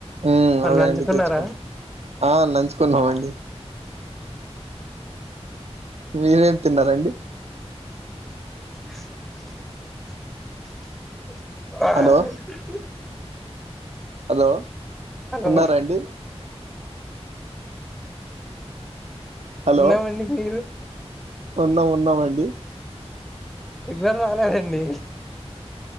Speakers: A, on the right; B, in the centre.
A: ఊ
B: మరి
A: అదే
B: నంచుకున్నారా
A: అండి తెచ్చుకున్నాం ఆ నంచుకున్నామండి. మీరేం తిన్నారండి.
B: అబ్బా.
A: హలో హలో
B: హలో
A: ఉన్నార అండి. హలో
B: ఉన్నామండి మీరు.
A: ఉన్నాం ఉన్నామండి
B: సిగ్నల్ రాలేదండి.